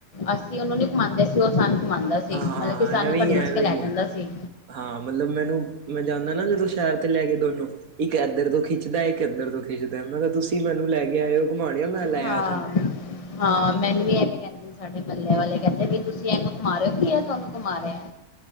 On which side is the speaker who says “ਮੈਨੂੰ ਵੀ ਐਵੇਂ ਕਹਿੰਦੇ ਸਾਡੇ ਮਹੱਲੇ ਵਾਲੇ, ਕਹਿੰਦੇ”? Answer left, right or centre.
Left